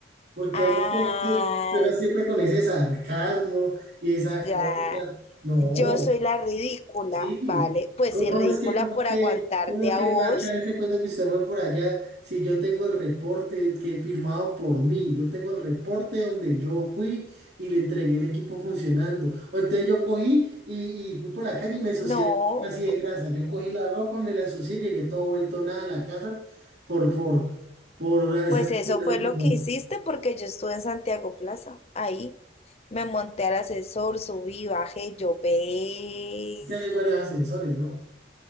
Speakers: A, on the right; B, on the left.
A: porque
B: Ah,
A: hablas, con, te, te hablas siempre con ese sarcasmo y esa
B: Ya,
A: cosa, no,
B: yo soy la ridícula,
A: Sí,
B: ¿vale? Pues
A: ¿cómo,
B: si
A: cómo
B: ridícula
A: es que, cómo
B: por
A: es que,
B: aguantarte
A: cómo es que
B: a vos,
A: me va a echar ese cuento que usted fue por allá si yo tengo el reporte que firmado por mí? Yo tengo el reporte donde yo fui y le entregué el equipo funcionando. O entonces yo cogí y, y fui por la calle y me ensucié
B: no,
A: la ropa así de grasa. Yo cogí la ropa, me la ensucié, llegué todo vuelto nada a la casa por, por, por, eh, esa-
B: pues eso
A: es
B: fue lo que hiciste porque yo estuve en Santiago Plaza, ahí. Me monté al ascensor, subí, bajé, llové
A: <laughs> que hay varios ascensores, ¿no?